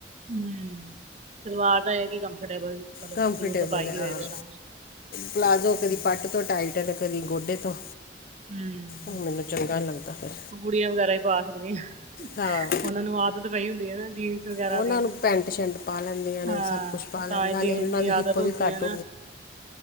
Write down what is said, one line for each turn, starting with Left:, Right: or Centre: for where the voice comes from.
Right: ਹਮ। ਸਲਵਾਰ ਦਾ ਹੈਗੀ ਕੰਫਰਟੇਬਲ। ਮਤਲਬ
Left: ਕੰਫਰਟੇਬਲ
Right: ਸ਼ੁਰੂ ਤੋਂ ਪਾਈ
Left: ਹੈ ਹਾਂ।
Right: ਹੋਏ ਤੇ ਤਾਂ
Left: ਪਲਾਜ਼ੋ
Right: ਹਾਂਜੀ
Left: ਕਦੀ ਪੱਟ ਤੋਂ ਟਾਈਟ ਹੈ ਤੇ ਕਦੀ ਗੋਡੇ ਤੋਂ।
Right: ਹਮ
Left: ਮੈਨੂੰ ਚੰਗਾ ਨੀ ਲੱਗਦਾ ਫਿਰ
Right: ਕੁੜੀਆਂ ਵਗੈਰਾ ਹੀ ਪਾ ਸਕਦੀਆਂ,
Left: ਹਾਂ
Right: ਉਹਨਾਂ ਨੂੰ ਆਦਤ ਪਈ ਹੁੰਦੀ ਹੈ ਨਾ ਜੀਨ ਵਗੈਰਾ
Left: ਉਹਨਾਂ
Right: ਦੀ
Left: ਨੂੰ ਪੈਂਟ ਸ਼ਰਟ ਪਾ ਲੈਂਦੀਆਂ ਨੇ
Right: ਹਾਂ।
Left: ਸਭ ਕੁਛ ਪਾ ਲੈਂਦੀਆਂ
Right: ਤਾਂ ਹੀ
Left: ਨਾਲੇ
Right: ਜੀਣ
Left: ਉਹਨਾਂ
Right: ਦੀ
Left: ਹਿੱਪ
Right: ਆਦਤ
Left: ਵੀ
Right: ਹੁੰਦੀ
Left: ਘੱਟ
Right: ਹੈ ਨਾ।